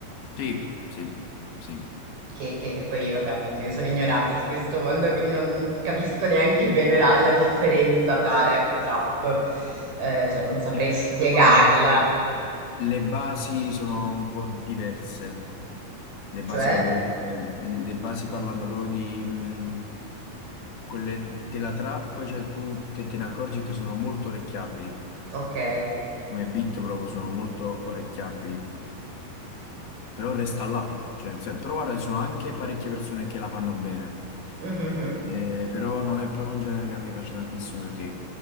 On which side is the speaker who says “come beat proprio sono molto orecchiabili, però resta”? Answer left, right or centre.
Left